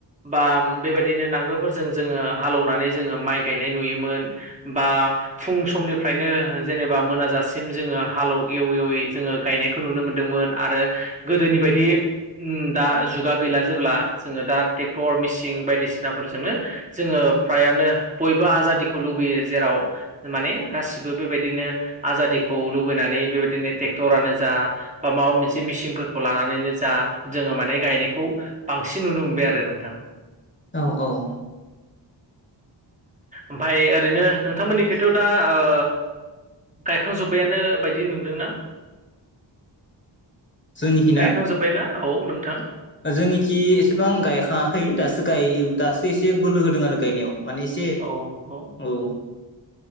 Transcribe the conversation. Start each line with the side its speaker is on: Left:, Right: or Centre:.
Right: बा बेबायदिनो नांगोलफोरजों जोङो हालौनानै जोङो माइ गायनाय नुयोमोन बा फुं समनिफ्रायनो जेनेबा मोनाजासिम जोङो हाले एव एवै जोङो गायनाय खौ नुनो मोनदोंमोन आरो गोदोनि बायदि उम दा जुगा गैला जेब्ला जोङो दा ट्रेक्टर मेसिन बायदिसिनाफोरजोंनो जोङो फ्रायानो बयबो आजादिखौ लुबैयो जेराव माने गासिबो बेबायदिनो आजादिखौ लुबैनानै बेबायदिनो ट्रेक्टरानो जा बा माबा मोनसे मिसिनफोरखौ लानानैनो जा जोङो माने गायनायखौ बांसिन नुनो मोनबाय आरो नोंथां।
Left: औ औ
Right: ओमफ्राय ओरैनो नोंथां मोननिखैथ' दा ओ गायखांजोब्बायानो बायदि नुदोंना
Left: जोंनिखि ना
Right: गायखांजोब्बायनाा औ नोंथां।
Left: जोंनिखि एसेबां गायखाङाखै दासो गाय दासो एसे बोलो होदों आरो गायनायाव माने एसे
Right: औ नंगौ
Left: औ।